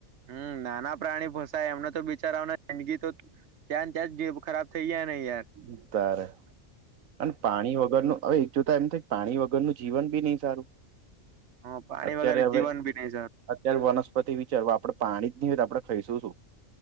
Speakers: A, on the right; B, on the right.
A: હમ નાના પ્રાણી ફસાય એમને તો બિચારાના જિંદગી તો ત્યા જીબ ખરાબ થઈ જયા હી યાર
B: મુ ત્યારે અને પાણી વગરનું હવે એક જોતા એમ થાય પાણી વગરનું જીવન બી નહી સારું
A: હ પાણી
B: અત્યારે
A: વગર
B: હવે
A: જીવન બી નહી સર
B: અત્યારે વનસ્પતિ વિચારવા આપડે પાણી જ નહી હોય તો આપડે ખાઈશું શું